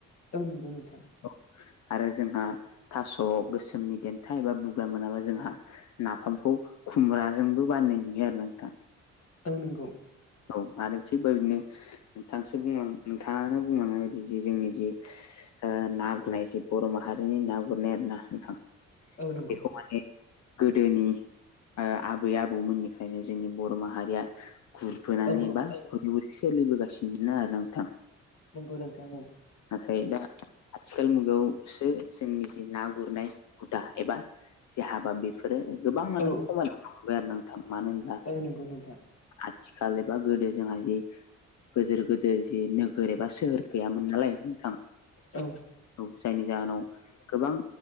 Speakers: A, on the left; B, on the left.
A: औ नंगौ नोंथां।
B: अ आरो जोंहा थास' गोसोमनि देन फिथा एबा बुग्रा मोनाबा जोंहा नाफामखौ खुमब्राजोंबो बाननाय नुयो आरो नोंथां।
A: औ नोंगौ।
B: औ आरो थिग बेबायदनो नोंथांसो नोंथाङानो बुंलांनाय बायदि जे जोंनि जे ओ ना गुनायसै बर' माहारिनि ना गुरनाय आर ना नोंथां बेखौ
A: औ नंगौ
B: माने गोदोनि ओ आबै आबौमोननिफ्रायनो जोंनि बर' माहारिया गुरफोनानै
A: औ
B: एबा खुर सोलिबोगासिनोनो आरो नोंथां।
A: नोंगौ नोंथां औ।
B: नाथाय दा आथिखाल मुगायावसो जोंनि जि ना गुरनाय हुदा एबा जे हाबा बेफोरो गोबाङानो
A: औ
B: खमायलांनो हमबाय आरो ना थां मानो होनब्ला
A: औ नंगौ नोंथां
B: आथिखाल एबा गोदो जोंहा जे गोजोर गोदोर जि नोगोर एबा सोहोर गैयामोन नालाय नोंथां।
A: औ
B: औ जायनि जाहोनाव गोबां